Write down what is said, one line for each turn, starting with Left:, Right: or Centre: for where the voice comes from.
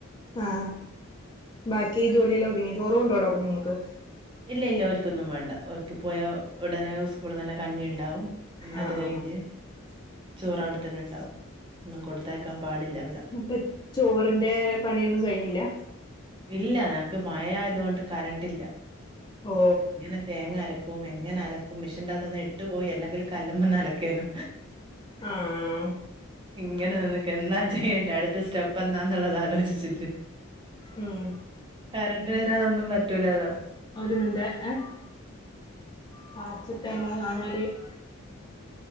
Left: ആ ബാക്കി ജോലിയെല്ലാം ഒതുങ്ങി ചോറ് കൊണ്ടോണോ കുഞ്ഞുങ്ങൾക്ക്
Right: ഇല്ല ഇല്ല ഒർക്കൊന്നും വേണ്ട ഒർക്ക് പോയാ ഉടനെ സ്കൂള തന്നെ കഞ്ഞി ഉണ്ട് ഉണ്ടാവും പിന്നെ
Left: ആഹ്
Right: അത്
Left: ആഹ്
Right: കഴിഞ്ഞ്
Left: ആഹ്
Right: ചോറ് അവിടെത്തന്നെ ഉണ്ടാവും ഒന്നും കൊടുത്തേക്കാൻ പാടില്ല അവിടെ
Left: അപ്പൊ ചോറിന്റെ പണിയൊന്നും കഴിഞ്ഞില്ല
Right: ഇല്ല ഞക്ക് മഴയായതുകൊണ്ട് കറണ്ട് ഇല്ല
Left: ഓ
Right: ഇപ്പൊ എങ്ങനെ തേങ്ങ അരക്കും എങ്ങനെ അലക്കും മിഷിൻന്റെ അകതൊന്ന് നെട്ടു പോയി അല്ലെങ്കിൽ കല്ലമ്മെന്നു അലക്കനു
Left: ആഹ്
Right: ഇങ്ങനെ നിനക്ക് എന്താ ചെയ്യണ്ട അടുത്ത സ്റ്റെപ്പ് എന്നാന്നുള്ളത് ആലോചിച്ചിട്ട്
Left: ഉം
Right: കറണ്ട് വരാനൊന്നും പറ്റൂലല്ലോ
Left: ഒരു മിറ്റ് ഏഹ് പാരസെറ്റമോൾ കാണുമായിരിക്കും